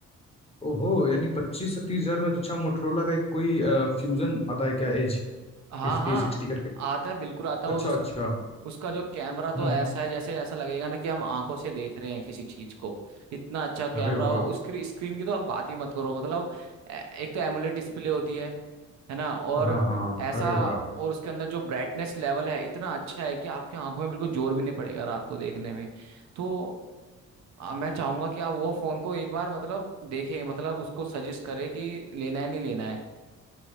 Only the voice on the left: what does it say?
ओहो यानी पच्चीस से तीस हजार में तो अच्छा मोटरोला का एक कोई आ, फ्यूजन आता है क्या एज
फिफ्टी
सिक्सटी करके
अच्छा
अच्छा
हम्म हम्म,
अरे वाह
हाँ हाँ
अरे वाह